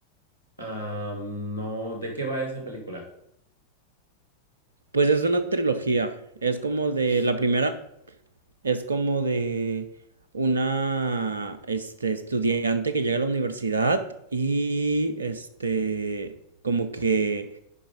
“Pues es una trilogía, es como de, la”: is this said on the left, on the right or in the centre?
Right